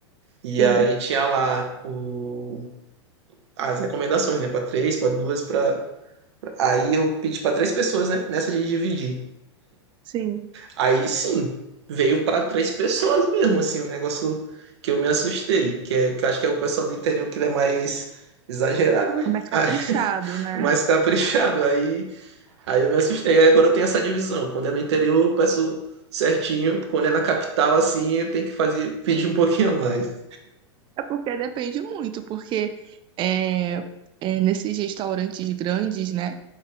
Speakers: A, on the right; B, on the right.
A: E
B: sim,
A: aí tinha lá o, as recomendações, né? Para três, para duas, para Aí eu pedi pra três pessoas, né? Nessa de dividir.
B: sim.
A: Aí sim, veio pra três pessoas mesmo, assim, um negócio que eu me assustei, que, é, que eu acho que é o pessoal do interior que ele é mais exagerado, né?
B: É mais caprichado,
A: Ai,
B: né?
A: mais caprichado. Aí, aí eu me assustei. Aí agora eu tenho essa divisão. Quando é no interior, eu peço certinho. Quando é na capital, assim, eu tenho que fazer, pedir um pouquinho a mais,
B: É porque depende muito, porque é, é, nesses restaurantes grandes, né?